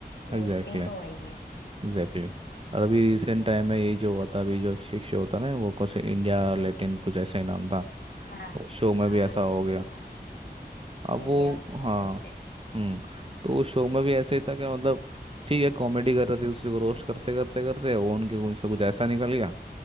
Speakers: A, on the left; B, on the right.
A: रोस्टिंग
B: Exactly
A: तो वही है
B: exactly और
A: बट
B: अभी रिसेंट टाइम में ये जो हुआ था अभी जो एक शिक्षक होता ना वो कुछ इंडिया लेटेंट कुछ ऐसे ही नाम था
A: हाँ
B: वो शो में
A: हाँ
B: भी ऐसा हो
A: वो
B: गया
A: था
B: अब वो
A: India got
B: हाँ
A: latent
B: हम्म तो उस शो में भी ऐसे ही था कि मतलब ठीक है कॉमेडी कर रहे थे एक दूसरे को रोस्ट करते करते करते वो उनके उनसे कुछ ऐसा निकल गया